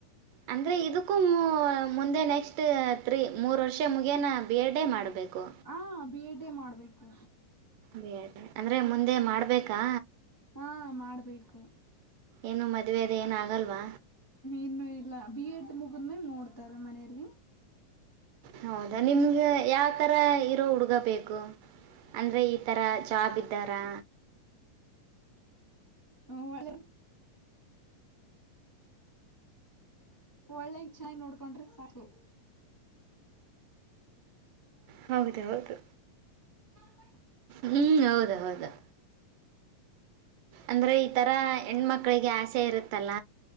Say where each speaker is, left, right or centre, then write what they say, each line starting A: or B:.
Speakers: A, on the right (about 80°); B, on the left (about 30°).
A: ಅಂದ್ರೆ ಇದಕ್ಕೂ ಮುಂದೆ ನೆಕ್ಸ್ಟ್ ತ್ರೀ ಮೂರು ವರ್ಷ ಮುಗಿಯನ ಬಿ ಎಡ್ ಮಾಡ್ಬೇಕು
B: ಹಾ ಬಿ ಎಡ್ ಎ ಮಾಡಬೇಕು
A: ಬೇಡ ಅಂದ್ರೆ ಮುಂದೆ ಮಾಡ್ಬೇಕಾ
B: ಹಾ ಮಾಡ್ಬೇಕು
A: ಏನು ಮದ್ವೆದ ಏನು ಆಗಲ್ವಾ
B: ಇನ್ನುೂ ಇಲ್ಲ ಬಿ ಎಡ್ ಮುಗಿದನೇ ನೋಡ್ತಾರೆ ಮನೆಯಲ್ಲಿ
A: ಹೌದಾ ನಿಮ್ಗ ಯಾವ ತರ ಇರೋ ಹುಡುಗ ಬೇಕು ಅಂದ್ರೆ ಈ ತರ ಜಾಬ್ ಇದ್ದಾರಾ
B: ಹ್ಮ ಒಳ್ಳೆ ಒಳ್ಳೆಗ್ ಚೆನ್ನಾಗಿ ನೋಡ್ಕೊಂಡ್ರೆ ಸಾಕು
A: ಹೌದ ಹೌದು
B: ಹ್ಮ
A: ಹ್ಮ್ ಹೌದಾ ಹೌದಾ ಅಂದ್ರೆ ಈಥರ ಹೆಣ್ಮಕ್ಳಿಗೆ ಆಸೆ ಇರುತ್ತಲ್ಲ